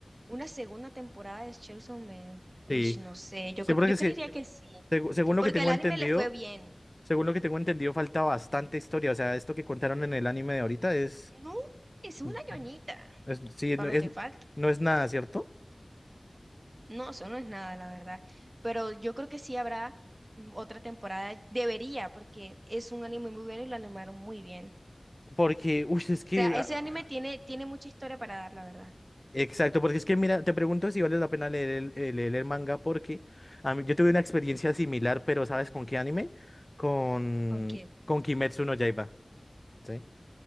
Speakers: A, on the right; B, on the left.
A: Una segunda temporada de Chainsaw Man.
B: Sí.
A: Uy, no sé, yo,
B: Sí,
A: cre-
B: porque
A: yo
B: es
A: creería
B: que,
A: que sí,
B: segu- según lo
A: porque
B: que tengo
A: el anime
B: entendido,
A: le fue bien.
B: según lo que tengo entendido, falta bastante historia. O sea, esto que contaron en el anime de ahorita es
A: No, es una
B: Ujú.
A: ñoñita,
B: Es- sí,
A: para
B: no
A: lo
B: es,
A: que falta.
B: no es nada, ¿cierto?
A: No, eso no es nada, la verdad. Pero yo creo que sí habrá mm, otra temporada. Debería, porque es un anime muy bueno y lo animaron muy bien.
B: Porque, uy, es
A: O
B: que...
A: sea,
B: ah,
A: ese anime tiene, tiene mucha historia para dar, la verdad.
B: Exacto, porque es que, mira, te pregunto si vale la pena leer el, eh, leer el manga porque a mí- yo tuve una experiencia similar, pero ¿sabes con qué anime? Con,
A: ¿Con qué?
B: con Kimetsu no Yaiba. ¿sí?